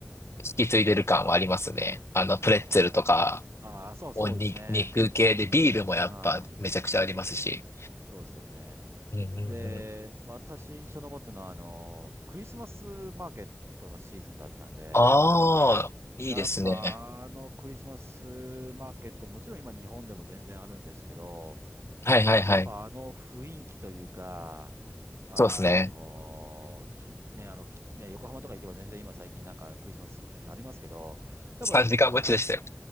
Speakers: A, on the left (about 75°); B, on the right (about 75°).
A: 引き継いでる感はありますね。あの、
B: なるほど。
A: プレッツェルとか、
B: ああ、そうそうですね。
A: おに、肉系でビールもやっぱめちゃくちゃありますし。
B: ああ、そうですよね。
A: うんうんうん。
B: で、私印象残ってるのは、あの、クリスマスマーケットのシーズンだったんで、
A: ああ、いいですね。
B: やっぱあのクリスマスマーケット、もちろん今日本でも全然あるんですけど、
A: はいはいはい。
B: やっぱあの雰囲気というか、あのひ、
A: そうですね。
B: ね、あの、きね、横浜とか行けば全然今最近なんかクリスマス時ありますけど、やっぱ、
A: 3時間待ちでしたよ。
B: あ、